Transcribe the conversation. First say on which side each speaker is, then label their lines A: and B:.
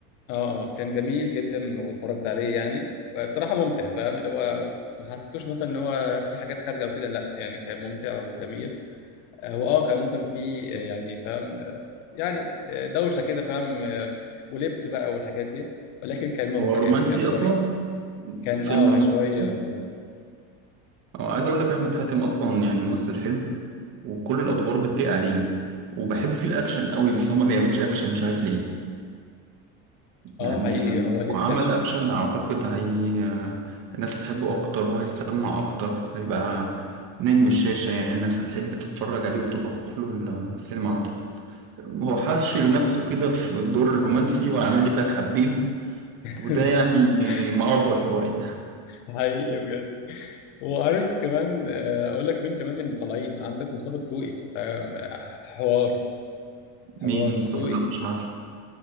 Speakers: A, on the left (about 80°); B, on the right (about 55°).
A: اه كان جميل جدا واتفرجت عليه يعني بصراحة ممتع فاهم اللي هو ما حسيتوش مثلا ان هو في حاجات خارجة وكده لا يعني كان ممتع وجميل هو اه كان ممكن في آه، يعني فاهم آه، يعني آه، دوشة كده فاهم آه، ولبس بقى والحاجات دي ولكن كان ممتع
B: هو رومانسي
A: يعني كان كويس
B: اصلا
A: كان
B: فيلم
A: اه
B: رومانسي
A: شوية رومانسي
B: اه عايز اقول لك احمد حاتم اصلا يعني ممثل حلو وكل الادوار بتليق عليه وبحب فيه الاكشن قوي بس هو ما بيعملش اكشن مش عارف ليه يعني
A: اه حقيقي
B: لو
A: هو ليه
B: عمل
A: في الأكشن
B: اكشن اعتقد هي الناس هتحبه اكتر وهيسمع اكتر وهيبقى نجم الشاشة يعني الناس هتحب تتفرج عليه وتروح له السينما على طول هو حاشر نفسه كده في الدور الرومانسي وعامل لي فيها الحبيب
A: <laughs>
B: وده يعني مأفر شوية
A: حقيقي بجد وعارف كمان آه، أقول لك مين كمان من اللي طالعين عندك مصطفى دسوقي فاهم آه، حوار حوار
B: مين
A: دسوقي
B: مصطفى لا مش عارف